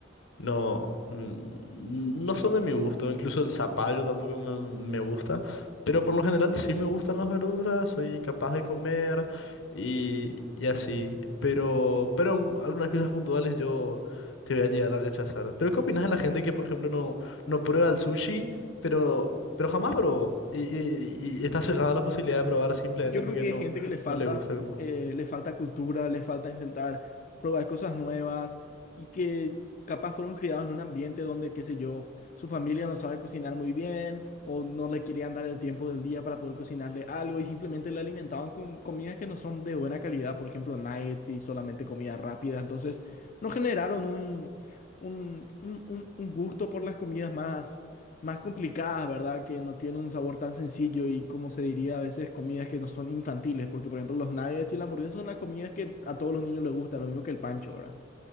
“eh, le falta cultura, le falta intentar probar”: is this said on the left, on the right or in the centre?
Left